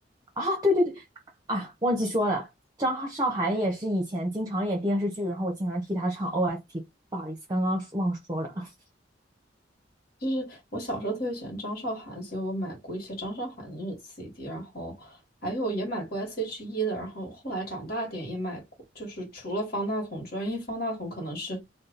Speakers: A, on the right; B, on the left.
A: 啊。对对对，啊，忘记说了，张韶涵也是以前经常演电视剧，然后我经常替她唱 OST，不好意思，刚刚忘说了。<laughs>
B: 就是我小时候特别喜欢张韶涵，所以我买过一些张韶涵的那种 CD，然后还有也买过 S.H.E 的，然后后来长大点也买过，就是除了方大同专外，因为方大同可能是